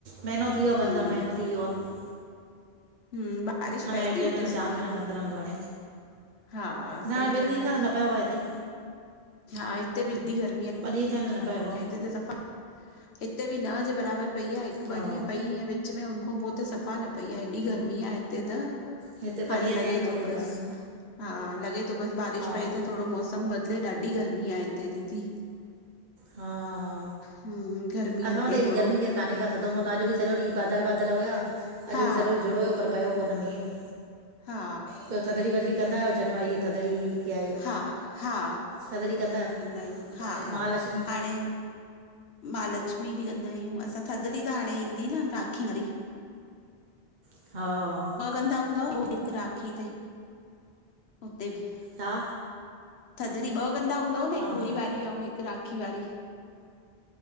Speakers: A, on the right; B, on the left.
A: महीनो थी वियो आहे
B: हम
A: बंदि आहे महीनो थी वियो आहे
B: हम बारिश
A: अञा
B: पए
A: हे
B: थी
A: टे
B: हुते
A: महीना
B: सुठी
A: चारि महीना बंदि रहंदो हाणे
B: हा
A: न
B: सही
A: ॿिनि
B: ॻाल्हि
A: ॾींहंनि खां त न पयो आहे हिते
B: हा हिते ॿि एॾी गर्मी आहे
A: परिह खां न पयो आहे
B: ऐं हिते त सफ़ा हिते बि न जे बराबरि पई आहे हिकु
A: हा
B: ॿ ॾींहं पई विच में हुनख खां पोइते सफ़ा न पई आहे एॾी गर्मी आहे हिते त
A: हिते ॿ ॾींहं
B: हाणे
A: थिया
B: लॻे
A: आहिनि न पई
B: तो बसि,
A: आहे
B: हा, लॻे तो बसि बारिश
A: हा
B: पए त थोड़ो मौसम बदिले ॾाढी गर्मी आ, हिते दीदी।
A: हा- हा,
B: हम्म गर्मी हटे
A: असां वट त एॾी
B: थोरो
A: गर्मी खेर काने का थधो मो त अॼु बि सॼो ॾींहुं बादल -बादल हुया, अॼ
B: हा
A: बि सॼो ॾींहुं जुड़ हुयो पर पियो कोन मींह,
B: हा
A: त थधड़ी वधड़ी कंदा आहियो, जनिवइ थधड़ी कीअं आहे?
B: हा हा
A: थदड़ी कंदा आहियो?
B: आहियूं हा
A: महालक्ष्मी
B: हाणे महालक्ष्मी बि कंदा आहियूं, असां थधिड़ी त हाणे ईंदी न राखी वारी।
A: हा।
B: ॿ कंदा हूंदव? हिकु राखी ते, हुते बि
A: हा।
B: थदिड़ी ॿ कंदा हूंदव न हिकु
A: हा
B: होरी वारी अउं हिकु राखी वारी?